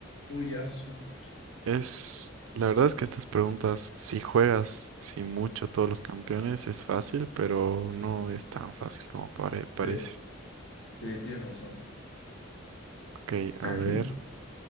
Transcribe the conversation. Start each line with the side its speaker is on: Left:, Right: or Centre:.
Left: Uy, ya, súper.
Right: Es... La verdad es que estas preguntas, si juegas sin mucho todos los campeones, es fácil, pero no es tan fácil como pare- parece.
Left: Sí, sí, tienes razón.
Right: Ok,
Left: <clears throat>
Right: a ver.